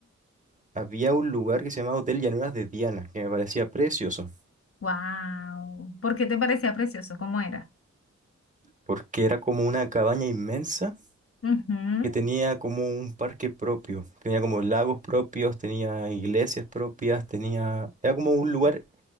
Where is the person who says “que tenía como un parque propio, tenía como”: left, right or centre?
Right